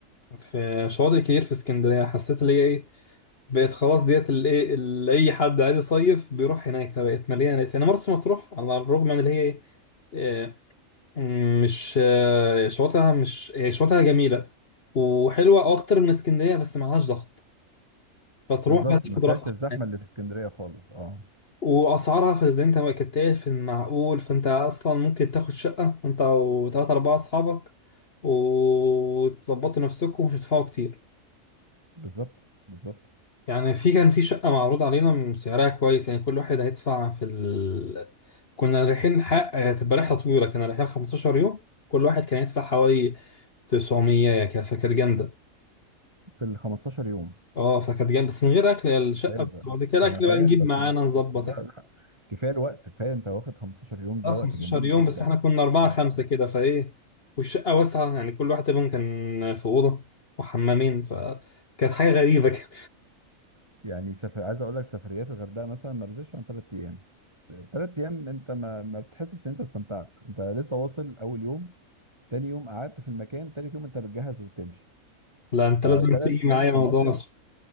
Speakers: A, on the left; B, on the right.
A: في شواطئ كتير في اسكندريه حسيت اللي هي ايه بقت خلاص ديت اللي ايه اللي اي حد عايز يصيف بيروح هناك فبقت مليانه ناس يعني مرسى مطروح على الرغم من اللي هي ايه آه، مش آه، شواطئها مش آه، شواطئها جميله وحلوه اكتر من اسكندريه بس معلهاش ضغط فتروح
B: بالظبط
A: بقى تاخد
B: ما فيهاش
A: راحتك
B: الزحمة اللي في اسكندرية خالص اه
A: واسعارها في زي انت ما كنت قايل في المعقول فانت اصلا ممكن تاخد شقه انت وثلاثة اربعة اصحابك وتظبطوا نفسكم ومش هتدفعوا كتير
B: بالظبط بالظبط
A: يعني في كان في شقه معروض علينا سعرها كويس يعني كل واحد هيدفع في ال... كنا رايحين حق هتبقى رحله طويله كنا رايحين 15 يوم كل واحد كان يدفع حوالي 900 يعني كده، فكانت جامده
B: في ال 15 يوم
A: اه فكانت جامده بس من غير اكل يا الشقه
B: لازم
A: بس بعد كده الاكل
B: انا فاهم
A: بقى نجيب
B: بس
A: معانا نظبط
B: بس لا لا. كفايه الوقت كفايه انت واخد 15 يوم ده
A: اه
B: وقت
A: 15
B: جميل
A: يوم
B: جدا
A: بس احنا كنا أربعة
B: اه آه.
A: خمسة كده فإيه والشقة واسعة يعني كل واحد منهم كان في أوضة وحمامين فكانت حاجة غريبة كده
B: يعني سفر عايز اقول لك سفريات الغردقه مثلا ما بزيدش عن ثلاث ايام ثلاث ايام انت ما ما بتحسش ان انت استمتعت انت لسه واصل اول يوم تاني يوم قعدت في المكان تالت يوم انت بتجهز وبتمشي
A: <laughs> لا أنت
B: فثلاث
A: لازم تيجي
B: ايام
A: معايا
B: كمصيف
A: موضوع مرسى.